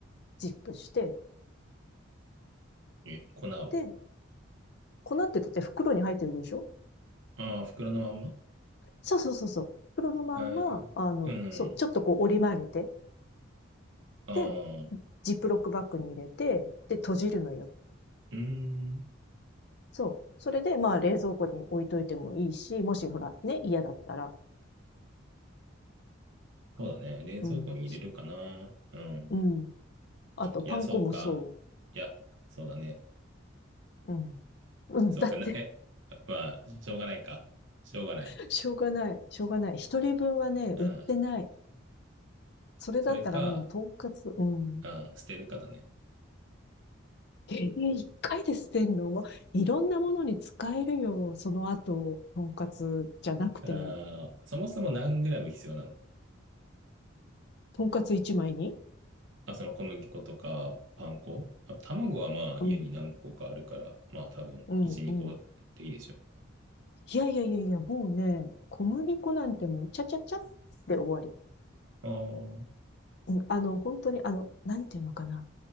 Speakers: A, on the left (about 55°); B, on the right (about 65°).
A: ジップして、
B: え、粉を。
A: で、粉ってだって袋に入ってるでしょ
B: ああ、袋のまんま
A: そうそうそうそう。袋のまんま、
B: あーうん。
A: あの、そう、ちょっとこう折り曲げて、
B: ああ、
A: で、
B: う
A: ジップロックバッグに入れて、で、閉じるのよ。
B: ーん。
A: そう。それで、まあ、冷蔵庫に置いといてもいいし、もしほら、ね、嫌だったら。
B: そうだね。冷蔵庫に入れるかな。
A: うん。
B: うん。
A: うん。あと、パン粉もそ
B: いや、そうか。いや、そうだね。
A: う。うん。うん。
B: そうかな、
A: だって
B: え、まあ、しょうがないか。しょうがない。
A: <laughs> しょうがない。しょうがない。一人分はね、
B: うん。
A: 売ってない。それだったらもう、
B: それか、
A: とんかつ、うん。
B: うん、捨てるかだね。
A: えー、一回で捨てんのもう、いろんなものに使えるよ。その後、とんかつじゃなくても。
B: あー、そもそも何グラム必要なの
A: とんかつ一枚に。
B: あ、その小麦粉とかパン粉あ、卵はまあ家に何個かあるから、
A: うん。
B: まあ多分1、
A: うん。
B: 2個でいいでしょう。
A: うん。いやいやいやいや、もうね、小麦粉なんてもう、ちゃちゃちゃって終わり。
B: あー
A: うん、あの、本当に、あの、なんていうのかな。